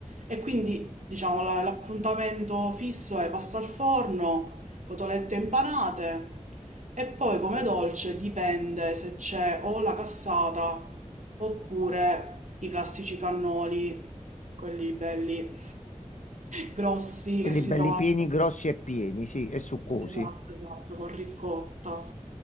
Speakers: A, on the right; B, on the left.
A: E quindi, diciamo, la- l'appuntamento fisso è pasta al forno, cotolette impanate. E poi come dolce dipende se c'è o la cassata oppure i classici cannoli, quelli belli grossi
B: Quelli
A: che si
B: belli
A: trovano.
B: pieni, grossi e pieni, sì, e succosi.
A: Esatto, esatto, con ricotta.